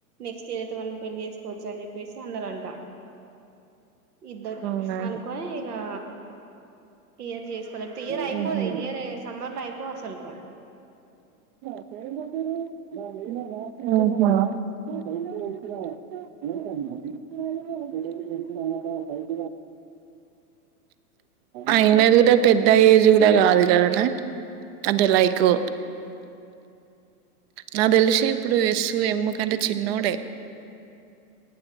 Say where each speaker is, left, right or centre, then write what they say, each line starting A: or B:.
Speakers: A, on the right; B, on the right.
A: నెక్స్ట్ ఇయర్ అయితే మనం పెళ్లి చేసుకోవచ్చు అని చె చెప్పేసి అన్నారంట ఇద్దరు
B: అవునా
A: అనుకొని ఇగా ఇయర్ చేసుకోలతే ఇయర్
B: ఉహు.
A: అయిపోదు ఇయర్ సమ్మర్ లో అయిపోదు అసలుకు
B: <inaudible> అహా <inaudible> అయినది కూడ పెద్ద ఏజ్ కూడ కాదు <unintelligible> అంటే లైకు నాకు తెలిసి ఇప్పుడు ఎస్సు ఎమ్ము కంటే చిన్నోడే